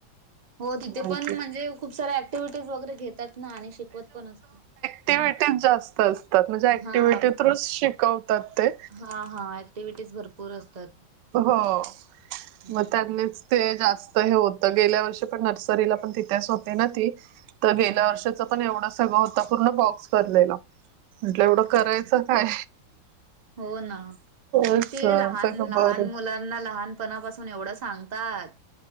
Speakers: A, on the right; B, on the right.
A: हो. तिथे
B: म्हटलं
A: पण म्हणजे, खूप साऱ्या ऍक्टिव्हिटीज वगैरे घेतात ना. आणि शिकवत पण असतात.
B: क्टिव्हटी जास्त असतात. म्हणजे ऍक्टिव्हीटी्
A: हा
B: थ्रूच शिकवतात ते.
A: हा, हा. ऍक्टिव्हिटीज भरपूर असतात.
B: हो.
A: हम्म
B: मग त्यांनीच ते जास्त हे होत. गेल्या वर्षी पण, नर्सरीला पण तिथेच होती ना, ती तर गेल्या
A: हम्म
B: वर्षाच
A: हम्म
B: पण, एवढं सगळं होत. पूर्ण बॉक्स भरलेला. म्हटलं, एवढं करायचं
A: अच्छा
B: काय?
A: हो, ना. किती,
B: असं
A: लहान-
B: सगळं
A: लहान
B: भरून
A: मुला ना, लहानपणापासून एवढं सांगतात.